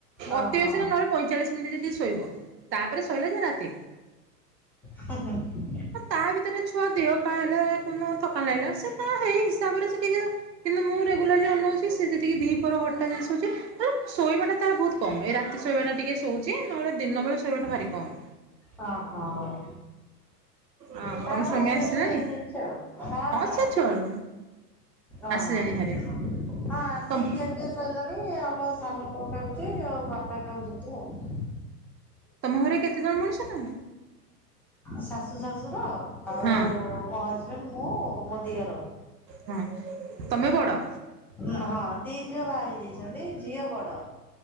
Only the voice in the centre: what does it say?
ଓହୋ
ଉଁ ହୁଁ।
ହଁ ହଁ।
ତାର
ଅଭ୍ୟାସରେ
ହେଇଯାଇଚି ଆଉ ହଁ ହଁ।
ଓହୋ
ହଁ ଆସି
ଖିଆ ପିଆ ଶୋଇଲେଣି ଆମ ସାନ ପୁଅ ଖାଉଛି ଆଉ ବାପା ଖାଉଛନ୍ତି ଆଉ
ଶାଶୁ ଶାଶୁର ଆଉ
ମୋ ହଜବେଣ୍ଡ ମୁଁ ମୋ ଦିଅର।
ହଁ ଦି ଝିଅ ବାହା ହେଇ ଯାଇଛନ୍ତି ଝିଅ ବଡ଼।